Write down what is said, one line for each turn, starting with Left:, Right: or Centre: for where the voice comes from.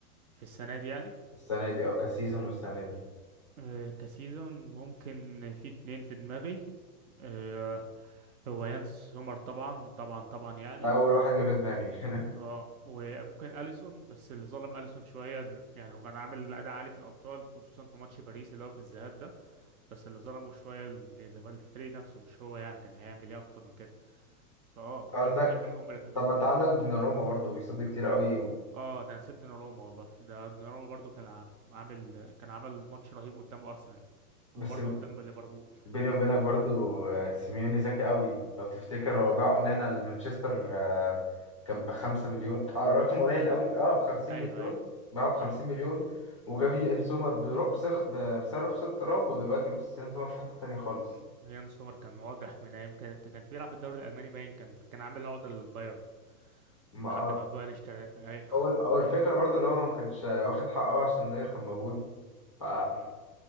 Right: في السنة دي يعني
Left: السنة دي أو كسيزون والسنة دي
Right: آه، كسيزون ممكن في اتنين في دماغي آه، هو يانس سومر طبعا طبعا طبعا يعني
Left: انا اول واحد جه في دماغي <laughs>
Right: اه وممكن اليسون بس اللي ظلم اليسون شويه ال- يعني هو كان عامل اداء عالي في الابطال خصوصا في ماتش باريس اللي هو في الذهاب ده بس اللي ظلمه شويه ال- ال- الفريق نفسه مش هو يعني كان هيعمل ايه اكتر من كده فاه فممكن
Left: عندك
Right: يكون هما الاتنين دول
Left: طب ما انت عندك دوناروما برضو بيصد كتير قوي و...
Right: اه ده نسيت دوناروما والله ده دوناروما برضو كان ع- عامل كان عمل ماتش رهيب قدام ارسنال
Left: بس
Right: وبرضه قدام ليفربول
Left: بيني وبينك
Right: وصد
Left: برضو آه، سيميوني ذكي قوي لو تفتكر هو باع اونانا لمانشستر آه، كان بخمسة مليون آه، رقم قليل قوي اه بخمسين
Right: ايوه
Left: مليون
Right: ايوه
Left: باعه بخمسين
Right: اه
Left: مليون وجاب
Right: اه
Left: يان سومر برق- بسخ- ب- بسعر رخص التراب ودلوقتي
Right: مم.
Left: بص يان سومر في حتة تانية خالص
Right: مم. يان سومر كان واضح من ايام كانت كان بيلعب في الدوري الالماني باين كان كان عامل عقده للبايرن
Left: ما
Right: لحد
Left: آه.
Right: ما بايرن اشترى اي
Left: اول اول فكرة برضو اللي هو ما كانش واخد حقه عشان نوير كان موجود ف-
Right: مم.